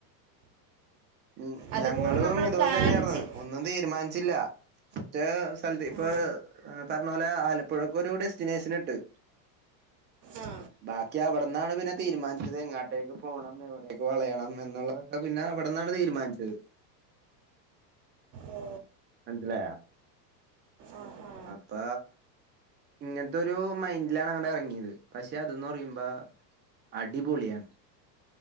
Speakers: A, on the right; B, on the right.
A: ഉം.
B: അതുപോലെ
A: ഞങ്ങളും
B: നമ്മൾ
A: ഇതുപോലെ
B: പ്ലാൻ
A: തന്നെയാർന്ന്.
B: ചെയ്
A: ഒന്നും തീരുമാനിച്ചില്ല. മറ്റേ സ്ഥലത്ത് ഇപ്പൊ-
B: ആ
A: പറഞ്ഞ പോലെ ആലപ്പുഴക്കൊരു ഡെസ്റ്റിനേഷൻ ഇട്ട്.
B: ആ
A: ബാക്കി അവട്ന്നാണ് പിന്നെ തീരുമാനിച്ചത് എങ്ങാട്ട- എവിടേക്ക് പോണം, എവിടേക്ക് വളയണം, എന്നുള്ളതൊക്കെ പിന്നെ അവിടെന്നാണ് തീരുമാനിച്ചത്.
B: ഓ
A: മനസിലായോ?
B: ആ ആ
A: അപ്പൊ. ഇങ്ങൻത്തൊരു മൈൻഡിലാണ് അങ്ങടെറങ്ങിയത്. പക്ഷെ അതെന്ന് പറയുമ്പോ അടിപൊളിയാണ്.